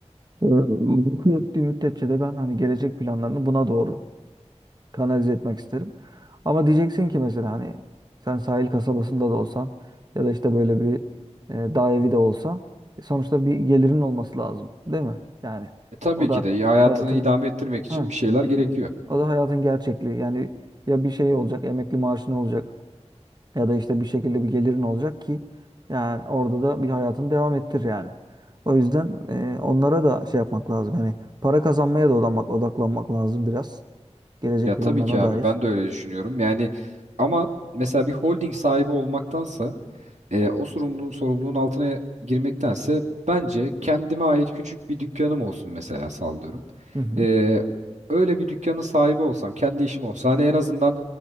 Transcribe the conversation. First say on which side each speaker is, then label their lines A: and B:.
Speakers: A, on the right (about 35°); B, on the right (about 85°).
A: Ee, Mutlu ettiği müddetçe de ben hani gelecek planlarını buna doğru kanalize etmek isterim. Ama diyeceksin ki mesela hani sen sahil kasabasında da olsan ya da işte böyle bir e, dağ evi de olsa e, sonuçta bir gelirin olması lazım, değil mi? Yani
B: E, tabii
A: o
B: ki
A: da
B: de ya hayatını
A: hayatın
B: idame ettirmek için
A: ha,
B: bir şeyler gerekiyor.
A: o da hayatın gerçekliği. Yani ya bir şey olacak, emekli maaşın olacak ya da işte bir şekilde bir gelirin olacak ki yani orada da bir hayatını devam ettir yani. O yüzden e, onlara da şey yapmak lazım. Hani para kazanmaya da odaklanmak, odaklanmak lazım biraz. Gelecek
B: Ya tabii
A: planlarına
B: ki abi
A: dair.
B: ben de öyle düşünüyorum. Yani ama mesela bir holding sahibi olmaktansa e, o sorumluluğun, sorumluluğun altına girmektense bence kendime ait küçük bir dükkanım olsun mesela sallıyorum.
A: Hı hı.
B: E, öyle bir dükkanın sahibi olsam, kendi işim olsa hani en azından